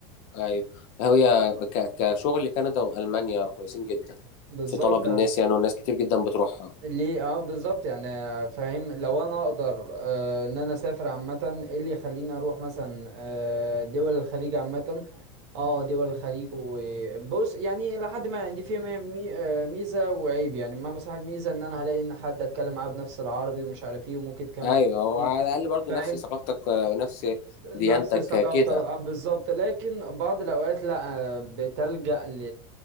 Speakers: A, on the left; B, on the right.
A: أيوة هي ك- كشغل كندا وألمانيا كويسين جدا
B: بالظبط
A: في طلب
B: آه،
A: الناس يعني والناس كتير جدا بتروحها
B: ليه اه بالظبط يعني آه، فاهم لو انا اقدر آه ان انا اسافر عامه ايه اللي يخليني اروح مثلا آه دول الخليج عامه اه دول الخليج وبص يعني لحد ما يعني دي فيها مي- مي- آه، ميزه وعيب يعني بمعنى صح الميزه ان انا هلاقي ان حد اتكلم معاه بنفس العربي ومش عارف ايه وممكن كمان
A: ايوه
B: تلاقي-
A: هو على الاقل برضو
B: فاهم
A: نفس ثقافتك آه، نفس
B: نفس
A: ديانتك
B: ثقافته
A: آه، كده
B: آه، بالظبط لكن بعض الاوقات لا آه، بتلجأ ل-